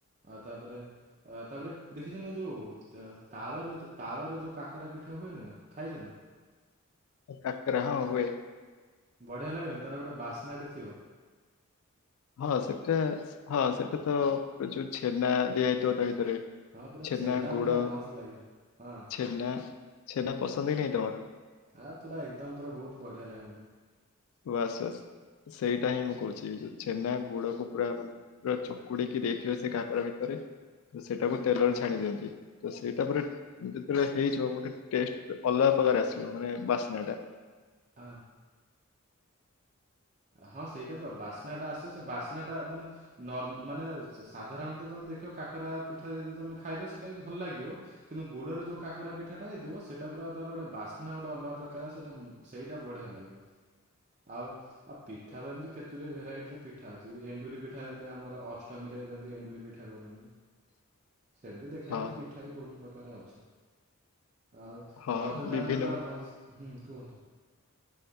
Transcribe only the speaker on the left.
<unintelligible> କାକରା ହଁ ହୁଏ।
ହଁ ସେଟା ହଁ ସେଟା ତ ଏ ଯୁ ଛେନା ଦିଆ ହେଇ ଥିବ ତା ଭିତରେ
ଛେନା ଗୁଡ
ଛେନା ଛେନା ପସନ୍ଦ କି ନାହିଁ ତମର?
ବାସ ବାସ୍ ସେଇଟା ହିଁ ମୁଁ କହୁଚି ଯୋଉ ଛେନା ଗୁଡକୁ ପୁରା ମା <unintelligible> ପୁରା ଚକୁଡିକି ଦେଇଥିବେ ସେ କାକରା ଭିତରେ। ତ ସେଇଟାକୁ ତେଲରେ
ଛାଣି ଦିଅନ୍ତି ତ ସେଇଟା ପୁରା ଯେତେବେଳେ ହେଇଯିବ ଗୋଟେ ଟେଷ୍ଟ ଅଲଗା ପ୍ରକାର ଆସିବ ମାନେ ବାସ୍ନା ଟା।
<inaudible>
ହଁ
ହଁ
ବିଭିନ୍ନ